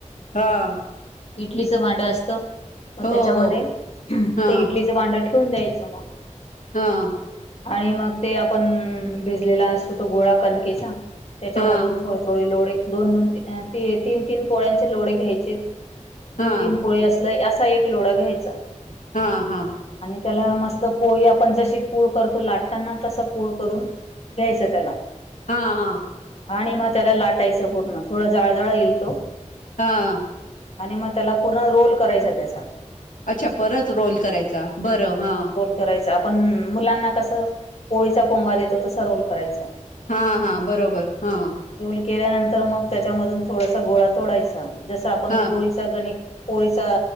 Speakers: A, on the left (about 90°); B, on the left (about 55°).
A: हा!
B: इडलीच भांडं असत मग
A: हो
B: त्याच्यामध्ये
A: हो हां
B: ते इडली च भांडं ठेवून द्यायचं मग!
A: हा!
B: आणि मग ते आपण भिजलेला असतो तो गोळा कणकेचा त्याच्यामधून
A: हां
B: थोडे-थोडे लोळे दोन-दोन तीन-तीन पोळ्यांचे लोळे घ्यायचेत.
A: हां
B: तीन पोळी असलय असा एक लोढा घ्यायचा.
A: हा हा!
B: आणि त्याला मस्त पोळी आपण जशी पूळ करतो लाटताना तस पूळ करून घ्यायचं त्याला.
A: हा हा.
B: आणि मग त्याला लाटायचं पूर्ण थोडं जाड जाड येईल तो.
A: हा.
B: आणि मग त्याला पूर्ण रोल करायचा त्याचा.
A: अच्छा परत रोल करायचा बरं हा.
B: करायच आपण मुलांना कसं पोळीचा पोंगा देतो तस रोल करायचा.
A: हा हा बरोबर हा.
B: ल केल्यानंतर मग त्याच्या मधून थोडासा गोळा तोडायचा जस आपण
A: हां
B: पोळी गणिक पोळीच